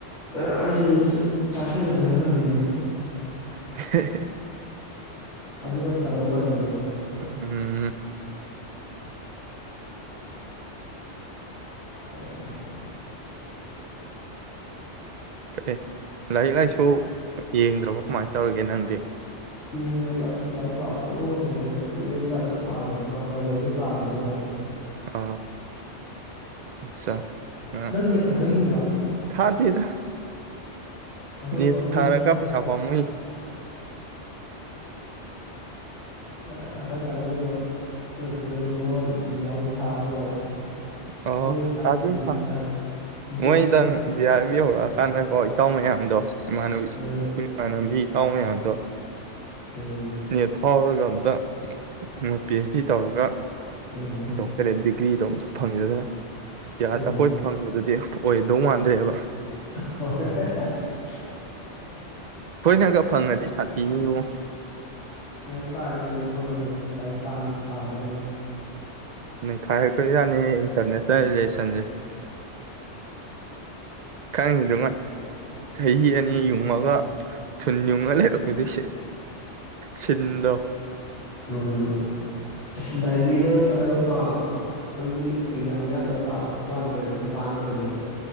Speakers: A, on the left (about 80°); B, on the right (about 60°).
A: ꯑ ꯑꯩꯁꯨ ꯑꯗꯨ ꯆꯁꯗ ꯍꯗꯔꯅꯦ
B: ꯍ
A: ꯑ ꯑꯗꯨꯅ ꯐꯥꯗꯣꯃꯂ
B: ꯎꯝ ꯎꯝ
A: ꯑ
B: ꯀ ꯂꯥꯏꯔꯤꯛ ꯂꯥꯏꯁꯨ ꯌꯦꯡꯗ꯭ꯔꯕꯣ ꯀꯃꯥꯏꯅ ꯇꯧꯔꯤꯒꯦ ꯅꯪꯗꯤ
A: ꯌꯦꯡꯗ꯭ꯔꯕ ꯑꯁ ꯂꯥꯏꯔꯤꯛ ꯄꯥ ꯁꯣꯛꯕ ꯉꯝꯗ꯭ꯔꯦꯅ ꯀꯨꯏꯔꯦꯅ ꯂꯥꯏꯔꯤꯛꯀ ꯄꯥꯗꯕ ꯃꯥꯁꯇꯔꯗꯕꯩꯥꯗꯣꯏꯗ ꯂꯥꯏꯔꯤꯛ
B: ꯑ ꯑꯆꯥ ꯑ
A: ꯅꯪ ꯅꯦꯠ ꯊꯥꯗꯈꯤꯕ꯭ꯔꯥ
B: ꯊꯥ ꯊ
A: ꯅꯈꯣꯏ
B: ꯊ
A: ꯀꯥꯡꯕꯨꯗꯣ
B: ꯊꯥꯔ ꯀ ꯄꯩꯁꯥ ꯀꯃꯏ
A: ꯑꯩꯈꯣꯏ ꯀꯥꯡꯕꯨꯗꯣꯣꯏ ꯇꯗ ꯃꯈꯣꯏ ꯖꯤꯕꯤꯌꯥ ꯍꯣꯏ ꯊꯥꯕ ꯃꯥꯜꯂꯦ
B: ꯑꯣ
A: ꯃꯣꯏꯗꯤ ꯊꯥꯕꯅꯤ
B: ꯀ
A: ꯑꯩꯈꯣꯏ
B: ꯐ
A: ꯅꯍꯥꯟ ꯒ꯭ꯔꯨꯞꯇ
B: ꯃ ꯖꯤꯌꯥꯔꯕꯤ ꯍꯧꯧꯔ
A: ꯏꯁꯦ
B: ꯁꯥꯟꯅ ꯀꯣ ꯇꯥꯎ ꯃꯌꯥꯝꯗꯣ ꯃꯥꯅꯕꯤ
A: ꯎꯝ
B: ꯃꯥꯅꯕꯤ ꯊꯥꯎ ꯃꯌꯥꯝꯗꯣ
A: ꯎꯝ
B: ꯅꯦꯠ ꯐꯥꯎꯔꯒ ꯑꯝꯇ ꯃꯣꯏ ꯄꯤ ꯑꯩꯆ ꯗꯤ ꯇꯧꯔꯒ
A: ꯎꯝ
B: ꯗꯣꯛꯇꯔ ꯑꯦ ꯀ꯭ꯔꯤꯗꯣꯝ ꯐꯪꯉꯖꯗꯔꯦ ꯌꯥ ꯑꯩꯈꯣꯏ
A: ꯎꯝ
B: ꯐꯪꯕꯗꯨꯗꯤ ꯑꯣꯏꯗꯧ ꯃꯥꯟꯗ꯭ꯔꯦꯕ
A: ꯍ
B: ꯍꯣꯏꯅꯒ ꯐꯪꯉꯗꯤ ꯁꯥꯊꯤꯅꯤꯉꯣ
A: ꯂꯥꯏꯔꯤꯛ ꯄꯥꯔꯤ ꯀꯩꯗꯧꯔ ꯐꯕꯣꯏꯗꯨꯗ ꯂꯥꯏꯔꯤꯛ ꯄꯥꯗꯕꯩꯁ
B: ꯅꯩꯈꯥꯏ ꯗꯣꯏꯖꯠꯅꯦ ꯂꯩ ꯂꯩꯁꯟꯁꯦ ꯈꯪꯉꯤꯗꯨ ꯆꯍꯤ ꯑꯅꯤ ꯌꯨꯡꯉꯒ ꯊꯨ ꯌꯨꯉ ꯂꯩꯔꯛꯗꯤ ꯁꯤꯟꯗꯣ
A: ꯎꯝ ꯑꯁ ꯂꯥꯏꯕ꯭ꯔꯦꯔꯤꯗꯒ ꯆꯠꯂꯒ ꯄꯥꯝꯕꯗꯣ ꯑꯗꯨꯒꯤ ꯑꯦꯛꯖꯥꯝ ꯑꯌꯥꯗꯒ ꯄꯥꯝꯕ ꯃꯄꯥ ꯑꯗꯨꯃꯥꯏꯅ ꯑꯗꯨꯝ ꯄꯥꯉꯝꯕꯅꯤꯀꯣ